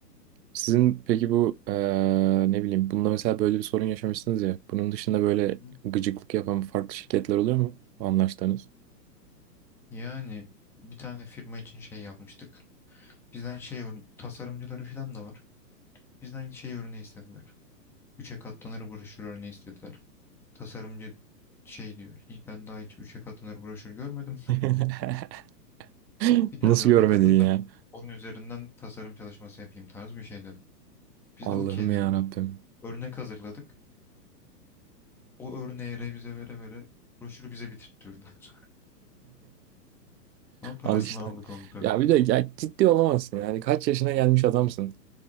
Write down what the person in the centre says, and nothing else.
Hı hı.
Yani bir tane firma için şey yapmıştık. Bizden şey ör- tasarımcıları falan da var. Bizden şey örneği istediler. Üçe katlanır broşür örneği istediler. Tasarımcı şey diyor. Hiç, ben daha hiç üçe katlanır broşür görmedim.
Bir tane
örnek
atın
ben onun üzerinden tasarım çalışması yapayım tarzı bir şey dedik. Biz
de okey dedik.
Örnek hazırladık. O örneği revize vere vere broşürü bize bitirttirdiler. <laughs> Ama parasını
aldık onu tabii.